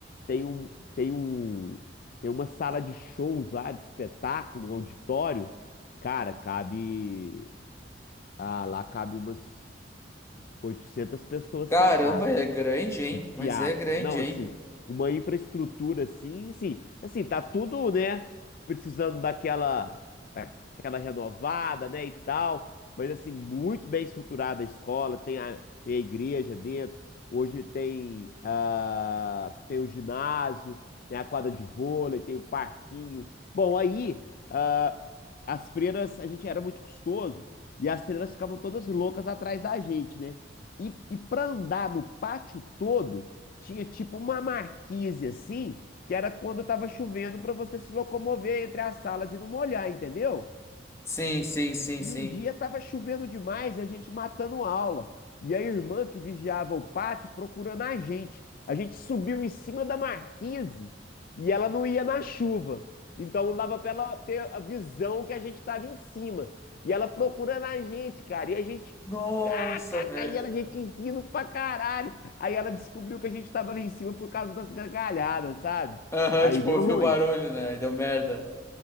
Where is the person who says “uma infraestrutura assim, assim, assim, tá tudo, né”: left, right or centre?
Left